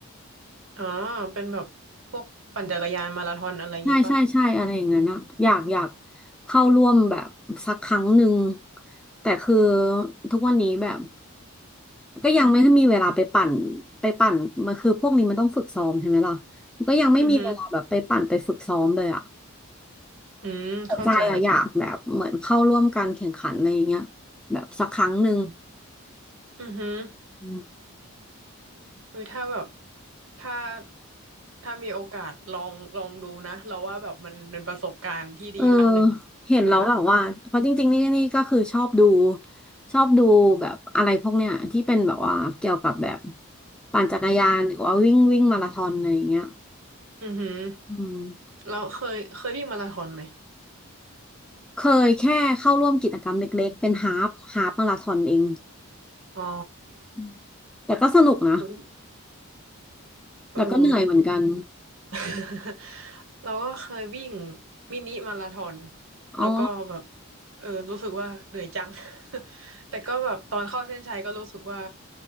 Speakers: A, on the right; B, in the centre.
A: อ๋อเป็นแบบพวกปั่นจักรยานมาราธอนอะไรงี้ป่ะ
B: ใช่ใช่ใช่อะไรอย่างเงี้ยนอะอยากอยากเข้าร่วมแบบสักครั้งหนึ่งแต่คือทุกวันนี้แบบก็ยังไม่มีเวลาไปปั่นไปปั่นมันคือพวกนี้มันต้องฝึกซ้อมใช่ไหมล่ะก็ยังไม่มีเวลาแบบไปปั่นไปฝึกซ้อมเลยอ่ะ
A: อือฮึอืมเข้าใจ
B: แต่ใจอะอยากแบบเหมือนเข้าร่วมการแข่งขันอะไรอย่างเงี้ยแบบสักครั้งหนึ่ง
A: อือหือ
B: อืม
A: คือถ้าแบบถ้าถ้ามีโอกาสลองลองดูนะเราว่าแบบมันเป็นประสบการณ์ที่ดีครั้งหนึ่ง
B: เออเห็นแล้วแบบว่าเพราะจริงๆนี่นี่ก็คือชอบดู
A: เออ
B: ชอบดูแบบอะไรพวกเนี้ยที่เป็นแบบว่าเกี่ยวกับแบบปั่นจักรยานหรือว่าวิ่งวิ่งมาราธอนอะไรอย่างเงี้ย
A: อือหือ
B: อืม
A: เราเคยเคยวิ่งมาราธอนไหม
B: เคยแค่เข้าร่วมกิจกรรมเล็กๆเป็นฮาล์ฟฮาล์ฟมาราธอนเอง
A: อ๋อ
B: อืมแต่ก็สนุกนะ
A: เย
B: แต่ก็เหนื่อยเหมือนกัน
A: เออ <laughs> เราก็เคยวิ่งมินิมาราธอน
B: อ๋อ
A: แล้วก็แบบเออรู้สึกว่าเหนื่อยจัง <laughs> แต่ก็แบบตอนเข้าเส้นชัยก็รู้สึกว่า